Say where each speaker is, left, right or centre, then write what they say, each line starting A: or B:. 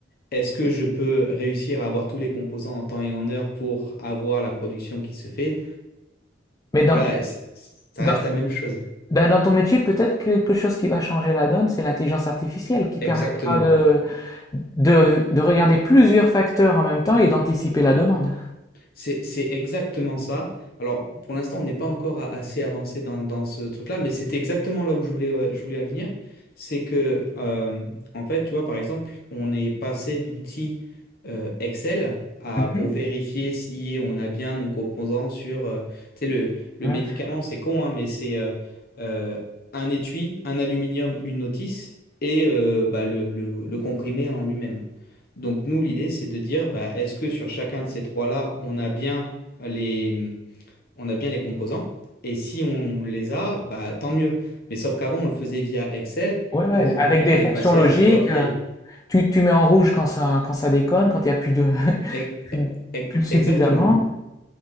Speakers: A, on the left; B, on the left.
A: est-ce que je peux réussir à avoir tous les composants en temps et en heure pour avoir la production qui se fait?
B: Mais dans,
A: Voilà, c- ça
B: dans,
A: reste la même chose.
B: Ben, dans ton métier, peut-être quelque chose qui va changer la donne, c'est l'intelligence artificielle qui permettra
A: Exactement.
B: de, de, de regarder plusieurs facteurs en même temps et d'anticiper la demande.
A: C'est, c'est exactement ça. Alors, pour l'instant, on n'est pas encore a- assez avancé dans, dans ce truc-là, mais c'était exactement là où je voulais, euh, je voulais venir. C'est que, euh, en fait, tu vois, par exemple, on est passé d'outils euh, Excel à,
B: Mhm.
A: pour vérifier si on a bien nos composants sur, euh, tu sais, le, le
B: Ouais.
A: médicament, c'est con, hein, mais c'est euh, euh, un étui, un aluminium, une notice et euh, bah, le, le le comprimé en lui-même. Donc nous, l'idée, c'est de dire, bah, est-ce que sur chacun de ces trois-là, on a bien les, on a bien les composants? Et si on les a, bah, tant mieux. Mais sauf qu'avant, on le faisait via Excel.
B: Ouais, ouais,
A: Aujourd'hui,
B: avec des
A: on est
B: fonctions
A: passé
B: logiques,
A: à Power BI.
B: euh, tu, tu mets en rouge quand ça, quand ça déconne, quand il n'y a plus de, <laughs>
A: E-
B: plus de,
A: e-
B: plus de suffisamment.
A: Exactement.